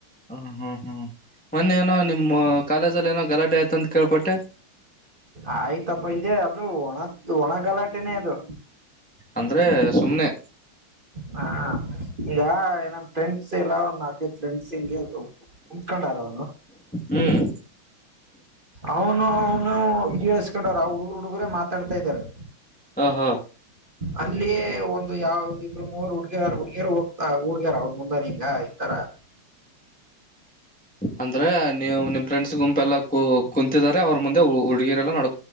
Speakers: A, in the centre; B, on the right.
A: ಹ್ಮ ಹ್ಮ್ ಹ್ಮ್ ಮೊನ್ನೆ ಏನೋ ನಿಮ ಕಾಲೇಜಲ್ಲಿ ಏನೋ ಗಲಾಟೆ ಆಯ್ತ ಅಂತ ಕೇಳ್ಪಟ್ಟೆ
B: ಆಯ್ತಪ್ಪ ಇದೆ ಅದು ಒಣತ್ ಒಣಗಲಾಟೆನೆೇ ಅದು
A: ಅಂದ್ರೆ ಸುಮ್ಮನೆ
B: ಹಾ ಈಗ ಏನ ಫ್ರೆಂಡ್ಸ್ ಎಲ್ಲಾ ನಾಕೈದ ಫ್ರೆಂಡ್ಸ್ಅಂದುಕೊಂಡರು
A: ಹ್ಮ್
B: ಅವನು ಹೌ <unintelligible> ಹುಡುಗರು ಹುಡುಗರೇ ಮಾತಾಡ್ತಾ ಇದ್ದಾರೆ
A: ಹ ಹಾ
B: ಅಲ್ಲಿಯೇ ಒಂದು ಯಾವ್ದ ಇಬ್ರು ಮೂರು ಹುಡುಗಿಯರ, ಹುಡುಗಿಯರ ಹೋಗ್ಯಾರ ಅವರ ಮುಂದೆ ಹಿಂಗ ಹ
A: ಅಂದ್ರೆ ನೀವು ನಿಮ್ ಫ್ರೆಂಡ್ಸ್ ಗುಂಪು ಕುಂತಿದಿದ್ದಾರೆ ಅವರ ಮುಂದೆ ಹುಡುಗಿಯರ ನಢಕೊಂತು